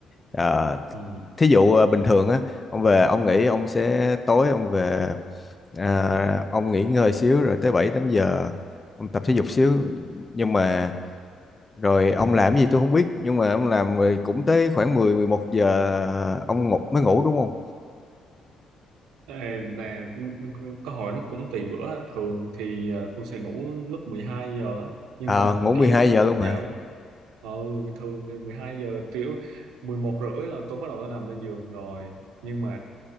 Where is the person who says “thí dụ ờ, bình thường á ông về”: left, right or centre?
Left